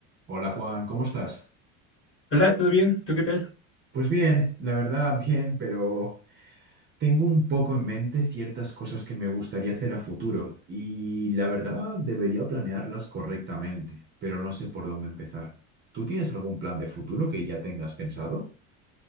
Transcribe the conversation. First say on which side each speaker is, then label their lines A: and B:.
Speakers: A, on the right; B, on the left.
A: Hola Juan, ¿cómo estás?
B: Hola, ¿todo bien? ¿Tú qué tal?
A: Pues bien, la verdad bien, pero tengo un poco en mente ciertas cosas que me gustaría hacer a futuro y la verdad debería planearlas correctamente, pero no sé por dónde empezar. ¿Tú tienes algún plan de futuro que ya tengas pensado?